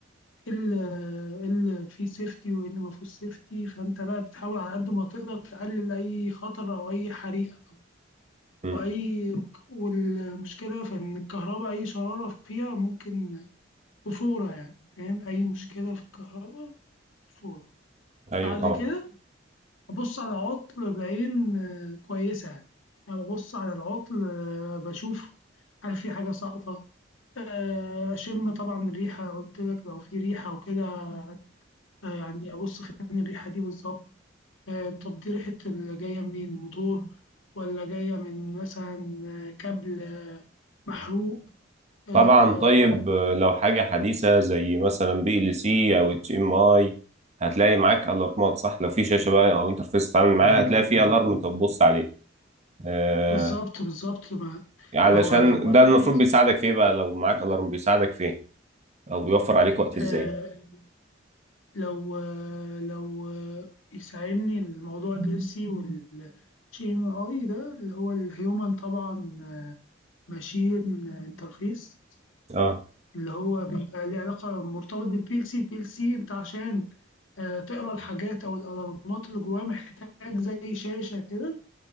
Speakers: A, on the left (about 85°); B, on the right (about 35°).
A: ايه اللي إيه اللي فيه سيفتي وايه اللي ما فيهوش سيفتي فانت بقى بتحاول على قد ما تقدر تقلل اي خطر او اي حريقه طبعا
B: مم.
A: واي والمشكله في ان الكهرباء اي شراره فيها ممكن بفوره يعني فاهم اي مشكله في الكهرباء فوره
B: ايوه
A: بعد
B: طبعا
A: كده ابص على عطل بعين آه، كويسه يعني انا ببص على العطل آه، بشوف هل في حاجه ساقطه آه، اشم طبعا الريحه قلت لك لو في ريحه وكده آه، يعني أبص فين الريحة دي بالظبط آه، طب دي ريحة اللي جاية منين موتور ولا جاية من مثلا آه، كابل آه، محروق آه،
B: طبعا طيب
A: ولا
B: آه، لو حاجه حديثه زي مثلا بي ال سي او اتش ام اي هتلاقي معاك الارمات صح لو في شاشه بقى او انترفيس تتعامل معاها هتلاقي في الارم انت بتبص عليه آه،
A: بالظبط بالظبط ما
B: علشان
A: ما هو لو
B: ده
A: بي-
B: المفروض بيساعدك في ايه بقى لو معاك الارم بيساعدك في ايه او بيوفر عليك وقت
A: آه،
B: ازاي
A: لو آه، لو آه، يساعدني الموضوع بيرسي والجي ام اي ده اللي هو الهيومن طبعا ماشين انترفيس
B: اه
A: اللي هو بيبقى ليه علاقة مرتبط بالبي ال سي البي ال سي انت عشان آه، تقرا الحاجات او الالارمات اللي جواه محتاج زي شاشة كده